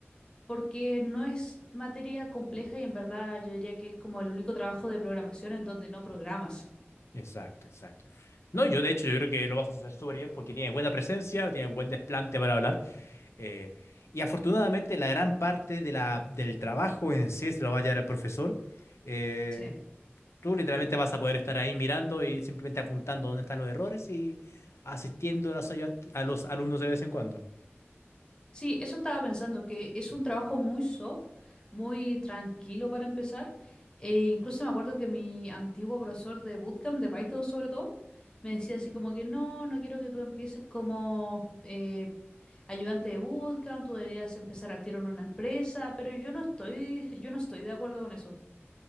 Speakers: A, on the left; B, on the left.
A: porque no es materia compleja y en verdad yo diría que es como el único trabajo de programación en donde no programas.
B: Exacto, exacto. No, yo de hecho, yo creo que lo vas a hacer súper bien porque tienes buena presencia, tienes buen desplante para hablar. Eh, y afortunadamente la gran parte de la, del trabajo en sí se lo va a llevar el profesor. Eh,
A: Sí.
B: tú literalmente vas a poder estar ahí mirando y simplemente apuntando dónde están los errores y asistiendo a los, ayudantes- a los alumnos de vez en cuando.
A: Sí, eso estaba pensando, que es un trabajo muy soft, muy tranquilo para empezar. E incluso me acuerdo que mi antiguo profesor de bootcamp, de Python sobre todo, me decía así como que no, no quiero que tú empieces como eh, ayudante de bootcamp, tú deberías empezar al tiro en una empresa, pero yo no estoy, <laughs> yo no estoy de acuerdo con eso.